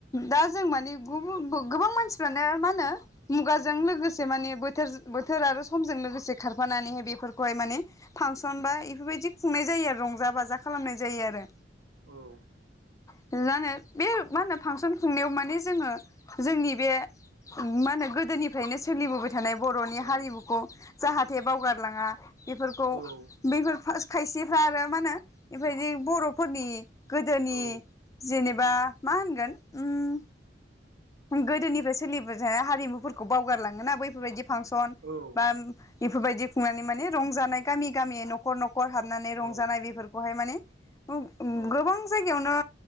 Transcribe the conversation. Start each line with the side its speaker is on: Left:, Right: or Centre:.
Left: दा जों माने <unintelligible> गोबां मानसिफ्रानो मा होनो मुगाजों लोगोसे माने बोथोर बोथोर आरो समजों लोगोसे खाराफानानै बेफोरखौहाय माने फांसन बा बेफोरबायदि खुंनाय जायो आरो रंजा बाजा। खालामनाय जायो आरो
Right: औ
Left: <unintelligible> बे मा होनो फांसन खुंनायाव माने जोङो जोंनि बे मा होनो गोदोनिफ्रायनो सोलिबोबाय थानाय बर'नि
Right: औ
Left: हारिमुखौ। जाहाथे बावगारलाङा। बेफोरखौ
Right: औ
Left: बैफोर फास्त। खायसेफ्रा आरो मा ओनो। इफोबायदि बर'फोरनि। गोदोनि।
Right: औ
Left: जिनेबा मा होनगोन ओम। गोदोनिफाय सोलिबो जाया हारिमुफोरखौ बावगारलाङोना बैफोरबायदिब फांसन
Right: औ
Left: बान। बेफोरबायदि खुंनानै माने रंजानाय गामि गामि न'खर न'ख। कर हाबनानै रंजानाय
Right: औ
Left: बेफोरख। बहाय माने ओमक ओ
Right: औ
Left: गोबां जायगायावनो